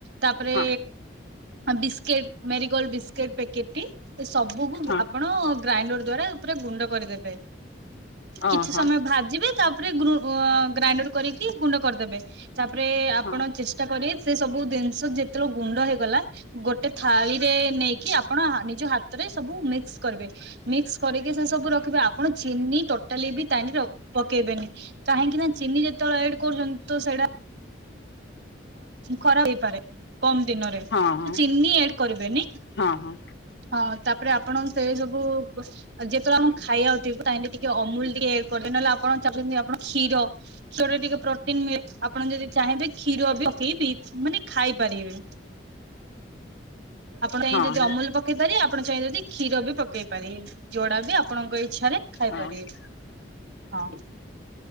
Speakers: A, on the right; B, on the left.
A: ତାପରେ
B: ହଁ
A: ବିସ୍କେଟ ମାରିଗୋଲ୍ଡ ବିସ୍କୁଟ ପ୍ୟାକେଟ ଟି ଏ ସବୁକୁୁ
B: ହଁ
A: ଆପଣ ଗ୍ରାଇଣ୍ଡର ଦ୍ଵାରା ଉପରେ ଗୁଣ୍ଡ କରିଦେବେ।
B: ଓହୋ
A: କିଛି ସମୟ ଭାଜିବେ ତାପରେ ଗ୍ରାଇଣ୍ଡର କରିକି ଗୁଣ୍ଡ କରିଦେବେ। ତାପରେ ଆପଣ
B: ହଁ।
A: ଚେଷ୍ଟା କରିବେ ସେ ସବୁ ଜିନିଷ ଯେତେବେଳେ ଗୁଣ୍ଡ ହେଇଗଲା ଗୋଟେ ଥାଳିରେ ନେଇକି ଆପଣ ନିଜ ହାତରେ ସବୁ ମିକ୍ସ କରିବେ ମିକ୍ସ କରିକି ସେ ସବୁ ରଖିବେ। ଆପଣ ଚିନି ଟୋଟାଲି ବି ତାନିରେ ପକେଇବେନି। କାହିଁକି ନା ଚିନି ଯେତେବେଳେ ଆଡ୍ କରୁଛନ୍ତି ତ ସେଇଟା ଖରାପ ହେଇପାରେ। କମ ଦିନରେ ତ
B: ହଁ ହଁ
A: ଚିନି ଆଡ କରିବେନି।
B: ହଁ ହଁ
A: ହଁ ତାପରେ ଆପଣ ସେ ସବୁ ଉ ଯେତେବେଳେ ଆପଣ ଖାଇଆାଉଥିବେ ତାହିଁ ଟିକେ ଅମୁଲ ଟିକେଡ କରିବେ ନହେଲେ ଆପଣ ଚାହୁଁଛନ୍ତି ଆପଣ କ୍ଷୀର କ୍ଷୀରରେ ଟିକେ ପ୍ରୋଟିନ ମିଳେ ଆପଣ ଯଦି ଚାହିଁବେ କ୍ଷୀର ବି ପକେଇ ମାନେ ଖାଇପାରିବେ। ଆପଣ ଚାହିଁ
B: ହଁ
A: ଯଦି
B: ହଁ।
A: ଅମୁଲ ପକେଇ ପାରିବେ ଆପଣ ଚାହିଁ ଯଦି କ୍ଷୀର ବି ପକେଇ ପାରିବେ। ଯୋଡା ବି ଆପଣଙ୍କ ଇଚ୍ଛାରେ ଖାଇପାରିବେ
B: ହଁ
A: ହଁ।